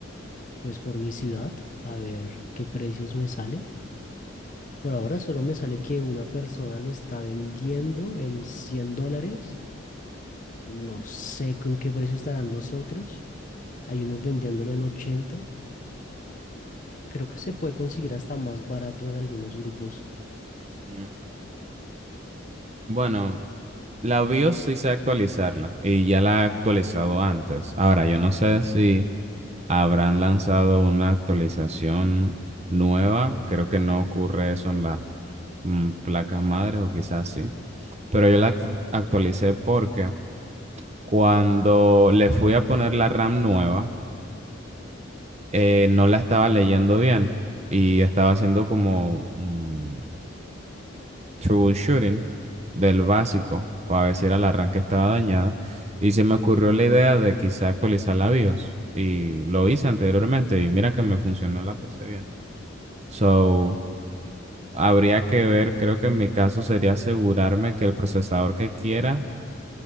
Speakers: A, on the left; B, on the right.
A: pues por mi ciudad, a ver qué precios me sale. Por ahora solo me sale que una persona lo está vendiendo en cien dólares No sé con qué precio estarán los otros. Hay unos vendiéndolo en 80. Creo que se puede conseguir hasta más barato en algunos grupos.
B: Ujú. Bueno, la BIOS sí sé actualizarla y ya la he actualizado antes. Ahora, yo no sé si habrán lanzado una actualización nueva. Creo que no ocurre eso en las mm, placas madres o quizás sí. Pero yo la act- actualicé porque Cuando le fui a poner la RAM nueva, eh, no la estaba leyendo bien y estaba haciendo como mm, troubleshooting del básico para ver si era la RAM que estaba dañada. Y se me ocurrió la idea de quizá actualizar la BIOS y lo hice anteriormente y mira que me funcionó la PC bien. So, habría que ver, creo que en mi caso sería asegurarme que el procesador que quiera